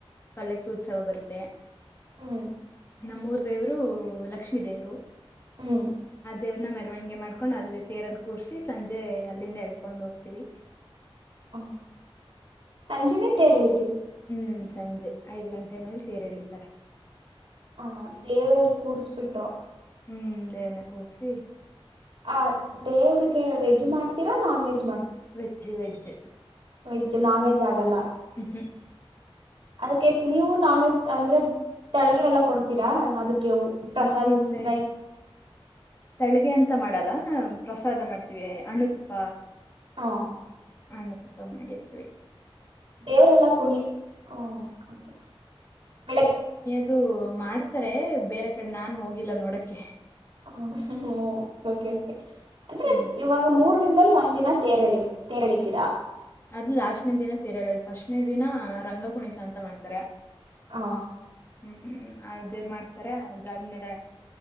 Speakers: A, on the left (about 25°); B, on the right (about 60°).
A: ಪಲ್ಲಕ್ಕಿ ಉತ್ಸವ ಬರುತ್ತೆ
B: ಹ್ಮ
A: ನಮ್ಮೂರ್ ದೇವರು ಲಕ್ಷ್ಮೀ ದೇವರು
B: ಹ್ಮ್
A: ಆ ದೇವ್ರನ ಮೆರವಣಿಗೆ ಮಾಡ್ಕೊಂಡ್ ಅಲ್ಲಿ ತೇರಲ್ಲಿ ಕೂರ್ಸಿ ಸಂಜೆ ಅಲ್ಲಿಂದ ಎಳ್ಕೊಂಡ್ ಹೋಗ್ತೀವಿ
B: ಹ ಸಂಜೆನೇ ತೇರಳ
A: ಹೂ ಸಂಜೆ ಐದು ಗಂಟೆ ಮೇಲೆ ತೇರು ಏಳಿತಾರೆ
B: ಹಾ ದೇವರಲ್ಲಿ ಕೂರುಸುಬಿಟ್ಟು
A: ಹ್ಮ ದೇವರನ ಕೂರಸಿ
B: ಆ ದೇವರೀಗೆ ವೇಜ್ ಮಾಡ್ತಿರೋ non veg
A: veg veg
B: veg non veg ಆಗಲ್ಲ
A: ಹ್ಮಂ ಹ್ಮಿ
B: ಅದುಕ್ಕೆ ನೀವು ನಾನವೇಜ್‌ ಅಂದರೆ ತಳಗೆ ಎಲ್ಲಾ ಕೊಡ್ತಿರ ಅದುಕ್ಕೆ ಊ ಪ್ರಸಾದ
A: ಇಲ್ಲ
B: ನೈವೇದ್ಯ
A: ತಳಿಗೆ ಅಂತ ಮಾಡಲ್ಲ ಪ್ರಸಾದ ಮಾಡ್ತಿವಿ ಹಣ್ಣು ತುಪ್ಪ
B: ಒಂ
A: ಹಣ್ಣು ತುಪ್ಪ ಮಾಡಿದ್ವಿ
B: ದೇವರು ಎಲ್ಲ‌ ಕುಣಿ ಹ್ಮ ಓಕೆ ಬೆಳ
A: ಅದು ಮಾಡ್ತಿರೆ ಬೇರೆ ಕಡೆ ನಾನು ಹೋಗಿಲ್ಲ ನೋಡೂಕೆ
B: ಹ ಹ ಹ್ಮ ಓಕೆ ಓಕೆ ಅಂದ್ರೆ
A: ಹ್ಮ್
B: ಈವಾಗ ಮೂರು ಮೂರು ದಿನದಲ್ಲಿ ಒಂದಿನ ತೆರ್ ತೆರ್ ಹೆಳಿತ್ತಿರ
A: ಅದು ಲಾಸ್ಟನೇ ದಿನ ತೇರು ಹೇಳಿಯೋದು ಫ್ಟಸ್ಟನೇ ದಿನ ರಂಗ ಕುಣಿತ ಅಂತ ಮಾಡ್ತಾರೆ
B: ಹ
A: ಹ್ಮ ಅದೇ ಮಾಡ್ತಾರೆ ಅದು ಆದ್ಮೇಲೆ